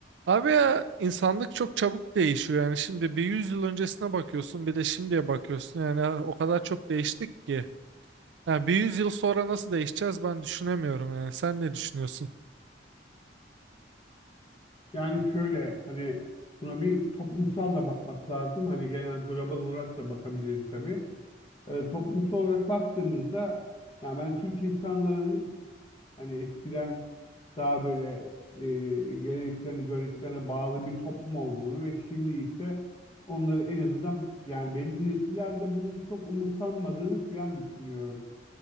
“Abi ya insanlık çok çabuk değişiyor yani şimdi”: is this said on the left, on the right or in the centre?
Right